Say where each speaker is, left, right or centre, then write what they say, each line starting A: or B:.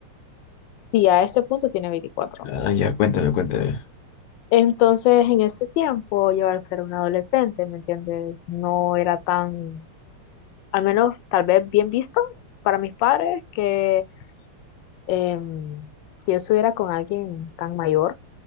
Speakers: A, on the left; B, on the left.
A: Sí, a este punto tiene veinticuatro
B: Ah, ya, cuéntame, cuéntame.
A: Entonces, en ese tiempo, yo al ser un adolescente, ¿me entiendes? No era tan, al menos tal vez bien visto para mis padres que, em, que yo estuviera con alguien tan mayor